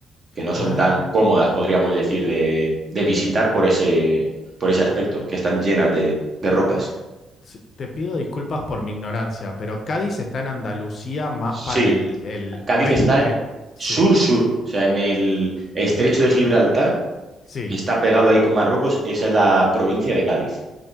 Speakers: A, on the right (about 40°); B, on the left (about 55°).
A: que no
B: Ah,
A: son tan cómodas, podríamos decir, de, de visitar por ese, por ese aspecto, que están llenas de, de rocas.
B: sí, te pido disculpas por mi ignorancia, pero Cádiz está en Andalucía más
A: Sí,
B: para el, el
A: Cádiz
B: oeste,
A: está
B: el... Sí.
A: sur-sur, o sea, en el estrecho de Gibraltar,
B: Sí,
A: está pegado ahí con Marruecos, esa es la provincia de Cádiz.